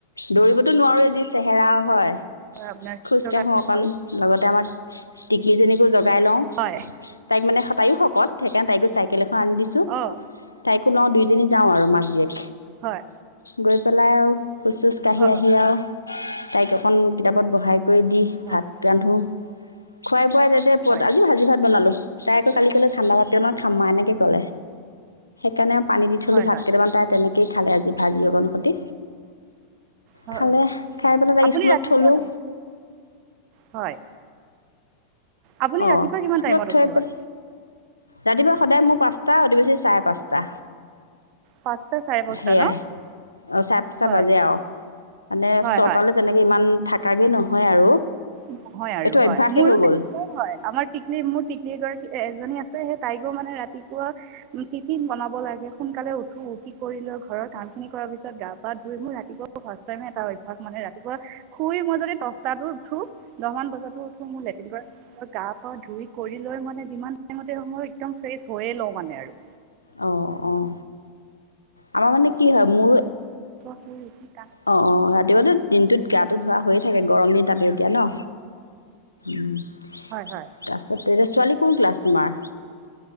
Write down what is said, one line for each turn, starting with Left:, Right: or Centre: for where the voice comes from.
Left: দৌৰিবতো নোৱাৰোৱেই যি চেহেৰাও হয়
Right: আপোনাৰ স্বাস্থ্যৰ
Left: খোজকাঢ়োঁ
Right: কাৰণে
Left: অকণ
Right: ভাল
Left: লগতে আমাৰ টিকলিজনীকো জগাই লওঁ
Right: হয়
Left: তাইক মানে তায়ো শকত সেইকাৰণে তাইকো চাই আনি দিছোঁ
Right: অঁ
Left: তাই লাওঁ দুইজনী যাওঁ আৰু মাক জীয়েক
Right: হয়
Left: গৈ পেলাই আৰু খোজ চোজ কাঢ়ি
Right: হয়
Left: আহি আৰু তাইক অকণ কিতাপত বঢ়াই। কৰি দি
Right: হয়
Left: ভাত ৰান্ধো। খুৱাই
Right: হয়
Left: আজি ভাজি ভাত বনালো
Right: হয়
Left: তইটাই কালি ক'লে ঠাণ্ডা ভাতকৈ অমাৰ খামা এনেকৈ ক'লে কেনে। পানী দি থলোঁ
Right: হয়
Left: ভ
Right: হয়
Left: কেইটামান তাইনেকৈ দিকেই খালে আজি ভাজি অক সৈতে
Right: হয়
Left: খালে
Right: হয়
Left: খাই পেলাই
Right: আপুনি
Left: ত স্কুলত
Right: ৰাতিপুৱা
Left: থলোঁ
Right: হয়। আপুনি
Left: আহ
Right: ৰাতিপুৱা কিমান
Left: স্কুলত
Right: টাইমত
Left: থৈ
Right: উঠে
Left: পেল
Right: বাৰু
Left: ৰাতিবা সদায় মোৰ পাঁচটা অধ বেছি চাৰে পাঁচটা তা
Right: পাঁচটা চাৰে পাঁচটা
Left: সেইয়াই
Right: ন
Left: অ চাৰে পাঁচটা
Right: হয়
Left: বাজে আৰু মানে
Right: হয়
Left: ছটাল
Right: হয়
Left: তেনেকে ইমান থাকে তাগে নহয় আৰু
Right: নহয় আৰু
Left: এইটো
Right: হয়
Left: অভ্যাসেই
Right: মোৰো
Left: হৈ
Right: তেনেকাই
Left: গ'ল
Right: হয় আমাৰ টিকলি মোৰ টিকলি গ এজনী আছে সেই তাইকো মানে ৰাতি কিয় ফিন বনাব। ব লাগে সোনকালে উঠো উ কি কৰি লৈ ঘৰ কাম খিন কৰাৰ পিছত গা পা ধুই মোৰ ৰাতিপুৱা ফাৰ্ষ টাইম এটা অভ্যয়াস মানে ৰাতিপুৱা শুই মই যদি দহটাতো উঠো দহান বজাত। তটো মোৰ লেটেল। গা পা ধুই কৰি লৈ মানে যিমান টাইমতে একদম ফ্ৰেছ হৈয়ে লওঁ মানে আৰু
Left: অঁ অঁ আমাৰ মানে কি হয়? মোৰ
Right: হয়ঠ
Left: অ অ ৰাতিপুৱা দিনটোত গা ধা হৈয়ে থাকে গৰম দিন তাতে এতিয়া ন উম
Right: হয় হয়
Left: তাৰ পিছত তেতিয়া ছোৱালী কোন ক্লাছ তোমাৰ।